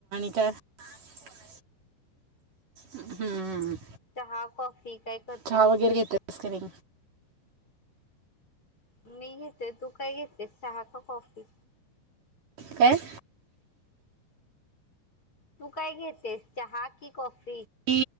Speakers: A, on the right; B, on the left.
A: <unintelligible> हम्म.
B: चहा कॉफी काय करतेस
A: चहा वगैरे
B: की नाही?
A: घेतेस का नाही
B: मी घेते तू काय घेते चहा का कॉफी?
A: काय?
B: तू काय घेतेस चहा की कॉफी?
A: ती